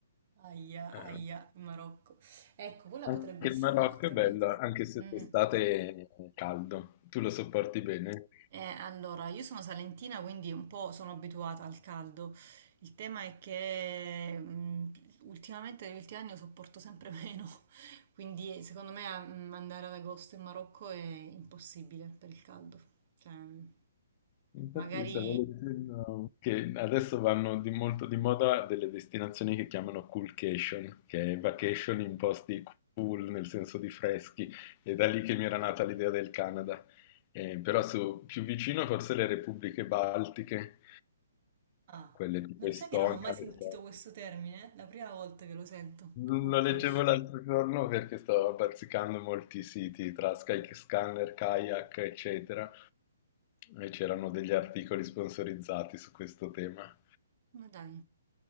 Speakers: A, on the right (about 45°); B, on the left (about 35°).
A: Aia,
B: Eh,
A: aia, in Marocco. Ecco, quella
B: anche
A: potrebbe essere
B: il Marocco
A: un'altra
B: è bello,
A: meta.
B: anche se
A: Mm.
B: d'estate è caldo, tu lo sopporti bene?
A: Eh, allora, io sono salentina, quindi un po' sono abituata al caldo. Il tema è che mm, ultimamente, negli ultimi anni, lo sopporto sempre <laughs> meno. Quindi, eh, secondo me, a- mm, andare ad agosto in Marocco è impossibile per il caldo. Cioè, mm,
B: Infatti
A: magari...
B: stavo leggendo che adesso vanno di molto di moda delle destinazioni che chiamano coolcation, che è vacation in posti cool nel senso di freschi, è da lì che mi era nata l'idea del Canada. Eh, però su- più vicino forse le repubbliche baltiche,
A: Ah,
B: quelle tipo
A: non
B: Estonia,
A: lo sai che non ho mai sentito
B: Lettonia.
A: questo termine? È La prima volta che lo sento.
B: Lo
A: Cool
B: leggevo
A: cash.
B: l'altro giorno perché stavo bazzicando molti siti tra Skyscanner, Kayak, eccetera, e c'erano degli articoli sponsorizzati su questo tema.
A: Ma dai.